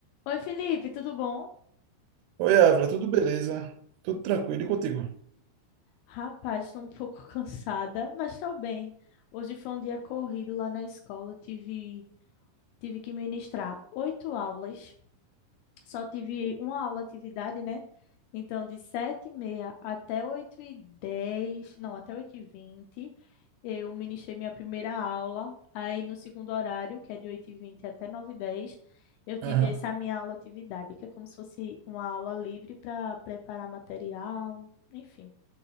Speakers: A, on the left; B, on the right.
A: Oi, Felipe, tudo bom?
B: Oi, Ávila, tudo beleza? Tudo tranquilo e contigo?
A: Rapaz, estou um pouco <laughs> cansada, mas estou bem. Hoje foi um dia corrido lá na escola. Tive, tive que ministrar oito aulas. Só tive uma aula atividade, né? Então, de sete e meia até oito e dez, não, até oito e vinte, eu ministrei minha primeira aula. Aí, no segundo horário, que é de oito e vinte até nove e dez, eu tive
B: Aham.
A: essa minha aula atividade, que é como se fosse uma aula livre para preparar material, enfim.